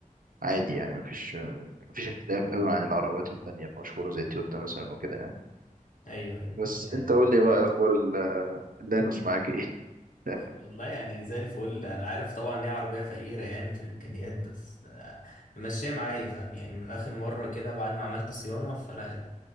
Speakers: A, on the right; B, on the left.
A: عادي يعني مفيش مفيش اختلاف قوي عن العربيات التانية المشهورة زي تويوتا مثلا وكده يعني
B: ايوه ايوه
A: بس
B: يعني
A: انت قول لي بقى اخبار ال- اللانوس معاك ايه <laughs>
B: والله يعني زي الفل انا عارف طبعا ان هي عربيه فقيره يعني في الامكانيات بس آه، ماشيه معايا فاهم يعني من اخر مره كده بعد ما عملت صيانه فلا